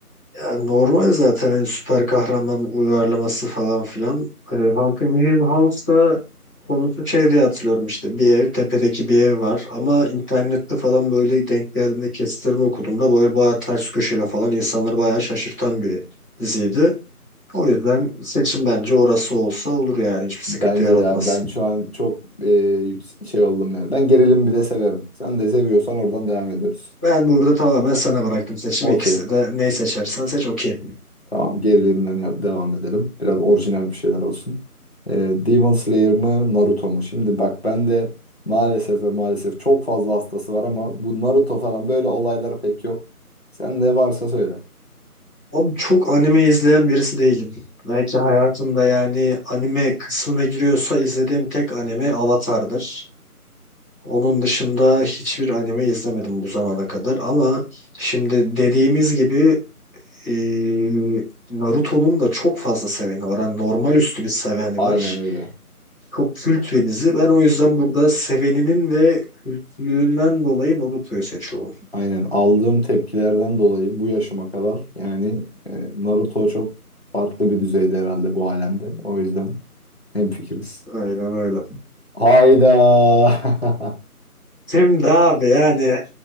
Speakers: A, in the centre; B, on the left.
A: Ya normal zaten hani süper kahraman uyarlaması falan filan. Ee, Hunting Hill House'da konusu şey diye hatırlıyorum işte bir ev tepedeki bir ev var ama internette falan böyle denk geldiğinde kesitlerini okuduğumda böyle bayağı ters köşeyle falan insanları bayağı şaşırtan bir diziydi. O yüzden seçim bence orası olsa olur yani hiçbir sıkıntı
B: Bence
A: yaratmaz.
B: de abi ben şu an çok e, yüks- şey oldum yani. Ben gerilim bir de severim. Sen de seviyorsan oradan devam ediyoruz.
A: Ben burada tamamen sana bıraktım seçimi
B: Okey.
A: ikisi de neyi seçersen seç okeyim.
B: Tamam gerilimden ya- devam edelim. Biraz orijinal bir şeyler olsun. Ee, Demon Slayer mı Naruto mu? Şimdi bak ben de maalesef ve maalesef çok fazla hastası var ama bu Naruto falan böyle olaylar pek yok. Sen ne varsa söyle.
A: Abi çok anime izleyen birisi değilim. Belki hayatımda yani anime kısmına giriyorsa izlediğim tek anime Avatar'dır. Onun dışında hiçbir anime izlemedim bu zamana kadar ama şimdi dediğimiz gibi eee, Naruto'nun da çok fazla seveni var. Yani normal üstü bir seveni
B: Aynen
A: var.
B: öyle.
A: Çok kült bir dizi. Ben o yüzden burada seveninin ve kültlüğünden dolayı Naruto'yu seçiyorum.
B: Aynen aldığım tepkilerden dolayı bu yaşıma kadar yani e, Naruto çok farklı bir düzeyde herhalde bu alemde. O yüzden hemfikiriz.
A: Aynen öyle.
B: Hayda.
A: Şimdi abi yani